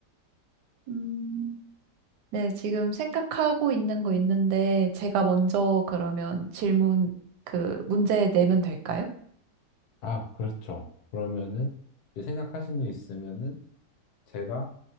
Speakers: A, on the right; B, on the left.
A: 음, 네, 지금 생각하고 있는 거 있는데, 제가 먼저 그러면 질문, 그, 문제 내면 될까요?
B: 아, 그렇죠. 그러면은 이제 생각하신 게 있으면은 제가